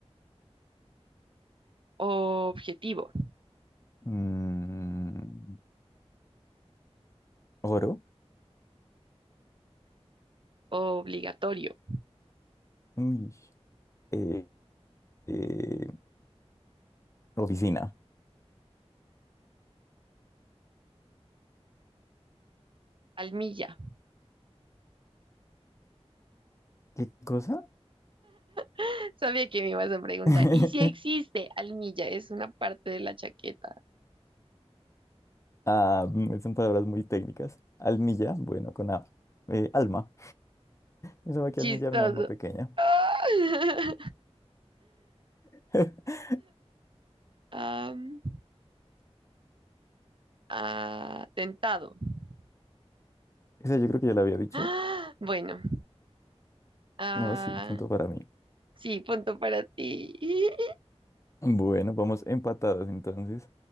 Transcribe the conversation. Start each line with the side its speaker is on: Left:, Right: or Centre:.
Right: Objetivo,
Left: mm, oro,
Right: obligatorio,
Left: uy, eh, eh, oficina.
Right: almilla.
Left: ¿Qué cosa?
Right: <laughs> Sabía que me ibas a preguntar.
Left: <laughs>
Right: ¿Y si existe almilla? Es una parte de la chaqueta.
Left: Ah, mm, son palabras muy técnicas. Almilla, bueno, con A. Eh, alma. Yo sabía que
Right: Chistoso.
Left: almilla era un alma pequeña.
Right: <laughs>
Left: <laughs>
Right: Am, atentado. <gasps>
Left: Esa yo creo que ya la había dicho.
Right: Ah, Bueno. Ah,
Left: No, sí, punto para mí.
Right: sí, punto para ti. <laughs>
Left: Bueno, vamos empatados entonces.